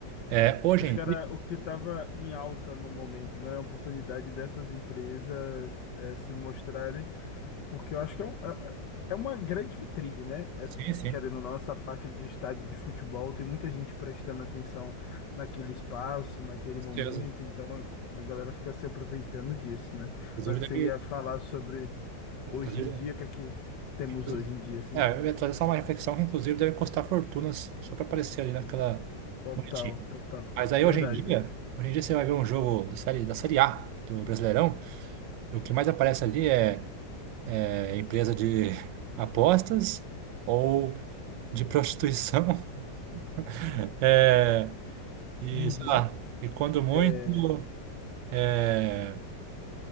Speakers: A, on the right (about 85°); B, on the left (about 70°).
A: É, hoje
B: Acho
A: em
B: que
A: dia,
B: era o que estava em alta no momento, né? A oportunidade dessas empresas eh, se mostrarem. Porque eu acho que é, um, é, é uma grande vitrine, né? Essa,
A: sim, sim.
B: querendo ou não, essa parte de estádio de futebol, tem muita gente prestando atenção naquele espaço, naquele momento,
A: certeza.
B: então a galera fica se aproveitando disso, né?
A: Inclusive,
B: Ah, Você
A: deve,
B: ia falar sobre
A: inclusive,
B: hoje em dia, o que é que temos
A: inclusive-
B: hoje em dia, assim?
A: é, eu ia trazer só uma reflexão que, inclusive, deve custar fortunas só para aparecer ali naquela
B: Total,
A: bonitinha.
B: total.
A: Mas aí,
B: Verdade.
A: hoje em dia, hoje em dia você vai ver um jogo da série, da série A do Brasileirão, e o que mais aparece ali é, é empresa de <laughs> apostas ou de prostituição. <laughs> É, e,
B: Uhum.
A: sei lá, e quando muito,
B: É,
A: é,